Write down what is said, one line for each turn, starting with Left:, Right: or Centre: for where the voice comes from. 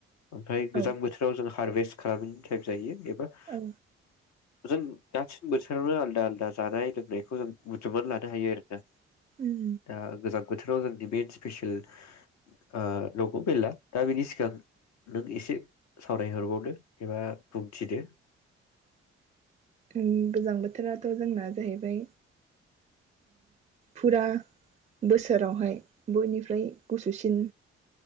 Left: ओमफ्राय। गोजां
Right: औ
Left: बोथोराव जों हारभेस्ट खालामनायनि टाइप जायो बे। <inaudible>
Right: औ
Left: जों बोसोरावनो आलदा आलदा जानाय लोंनायखौ जों बुथुमनानै लानो हायो आरो।
Right: उम
Left: दा गोजां बोथोराव जोंनि। बे स्पेसियेल आ नंगौ मेला दा बेनि सिगां नों एसे। सावरायहरबावदो एबा बुंथिदो।
Right: ओ गोजां बोथोराथ' जोंना। जायैबाय फुरा बोसोरावहाय बयनिफ्राय गुसुसिन